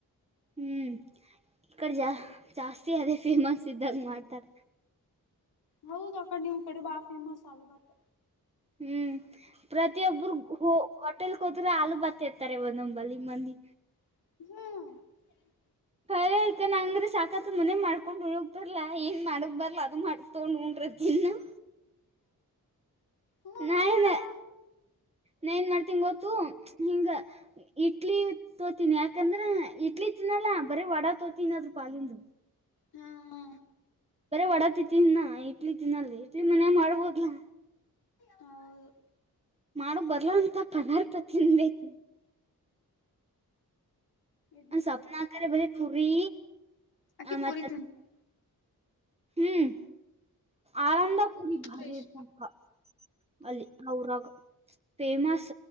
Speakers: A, on the right (about 15°); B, on the left (about 80°).
A: ಹ್ಮ್ ಈ ಕಡೆ ಜಾ ಜಾಸ್ತಿ ಅದೇ ಫೇಮಸ್ ಇದ್ದಾಗ ಮಾಡ್ತಾರ
B: ಹೌದು ಅಕಡೆ ನಿಮ್ ಕಡೆ ಬಾ ಫೇಮಸ್ ಅಲುಬತ್
A: ಹ್ಮ್ ಪ್ರತಿಯೊಬ್ಬರು ಹಟ್ಟೆಲ್ ಕೋದ್ರೆ ಬರಿ ಆಲುಬತ್ತ ತರ್ತಾರೆ ನಂಬಲಿ ಮಂದಿ
B: ಹ್ಮ
A: ಕರೆ ಹೇಳ್ತೀನಿ ಅಂದ್ರ ಸಾಕತ್ ಮನೆ ಮಾಡ್ಕೊಂಡು ಉಳಗ್ಕ್ ಬರ್ಲಾ ಏನ್ ಮಾಡಕ್ ಬರ್ಲ ಅದು ಮಾಡ್ಕ್ ತೋೊಂಡ್ ಊಟ ಚಿತ್ರಾನ್ನ
B: ಹ್ಮ್
A: ನಾಯನ
B: ನೋಡಲ್ಲ
A: ನಾ ಏನ್ ಮಾಡ್ತೀನ್ ಗೊತ್ತು ಹಿಂಗ ಇಡ್ಲಿ ತೋತೀನಿ ಯಾಕಂದ್ರ ಇಡ್ಲಿ ತಿನಲ್ಲಾ ಬರೇ ವಡಾಪಾವ್ ತಿನೋದು ಅದರ ಪಾಲಿಂದ
B: ಹ್ಮ ಹಾ
A: ಬರ ವಡಾ ತಿತಿನ್ನ ಇಡ್ಲಿ ತಿನ್ನಲ್ಲ ಇಡ್ಲಿ ಮನ್ಯ ಮಾಡ್ಬೋದ್ಲಾ
B: ಹೌದು
A: ಮಾಡೋಕ್ ಬರ್ಲಂತ ಪದಾರ್ಥ ತಿನ್ಬೇಕ
B: ಇಡ್ಲಿ
A: ಮ ಸ್ವಪ್ನಾ ಆಕರೆ ಬ ಪುರಿ
B: ಅಕೆ
A: ಮತ್ತ
B: ಪುರಿ ತಿಂತಾಳ
A: ಹ್ಮ್ ಆಳಂದಪುರಿ
B: ಅಕ್ಕಿ ಪೂರಿ
A: ಬಾರಿ
B: ಅಂದ್ರೆ ಇಷ್ಟ
A: ಇರ್ತದ ಅಲ್ಲಿ ಅವರ ಊರಗ್ ಫೇಮಸ್